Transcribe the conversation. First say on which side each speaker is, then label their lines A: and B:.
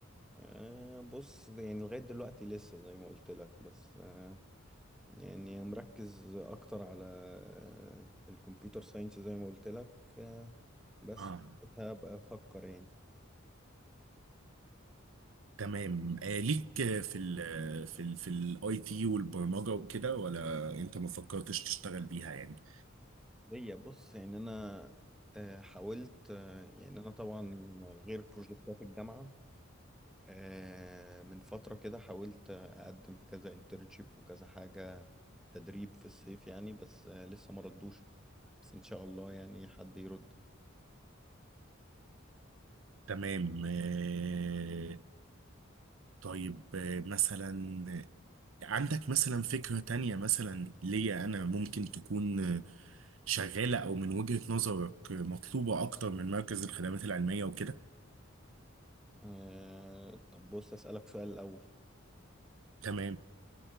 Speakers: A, in the centre; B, on the right (about 80°).
A: أه بص يعني لغاية دلوقتي لسه زي ما قلت لك بس أه يعني مركز أكتر على أه الكمبيوتر ساينس زي ما قلت لك أه بس
B: اه
A: وساعتها أبقى أفكر يعني
B: تمام آه ليك آه، في ال في ال في الاي تي والبرمجة وكده ولا انت ما فكرتش تشتغل بيها يعني
A: ليا بص يعني أنا أه حاولت أه يعني أنا طبعا غير بروجكتات الجامعة أه من فترة كده حاولت أقدم في كذا انترنشيب وكذا حاجة تدريب في الصيف يعني بس أه لسه ما ردوش بس إن شاء الله يعني حد يرد
B: تمام آه طيب آه مثلا عندك مثلا فكرة تانية مثلا ليا أنا ممكن تكون شغالة أو من وجهة نظرك مطلوبة أكتر من مركز الخدمات العلمية وكده
A: آه، طب بص أسألك سؤال الأول
B: تمام